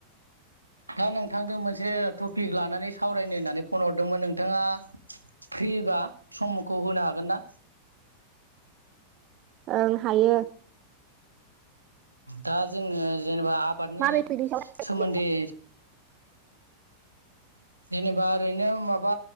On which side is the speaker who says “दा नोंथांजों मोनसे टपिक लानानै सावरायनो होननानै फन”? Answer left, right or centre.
Right